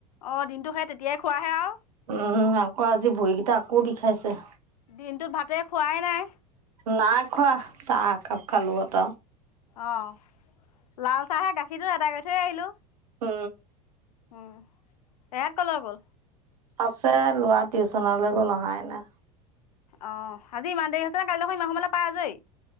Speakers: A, on the left; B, on the right.
A: অঁ দিনটো সেই তেতিয়াই খোৱাহে আৰু।
B: উম আকৌ আজি ভৰিকেইটা আকৌ বিষাইছে।
A: দিনটোত ভাতে খোৱাই নাই।
B: নাই খোৱা চাহ একাপ খালোহঁত।
A: অঁ লাল চাহে গাখীৰটো এদাই কৰি থৈ আহিলোঁ।
B: উ।
A: উ এহেত কলৈ গ'ল?
B: আছে, লোৱা টিউচনলৈ গ'ল অহাই নাই।
A: অ আজি ইমান দেৰি হৈছে কালি দেখোন ইমান সময়লে পায় আজৰি।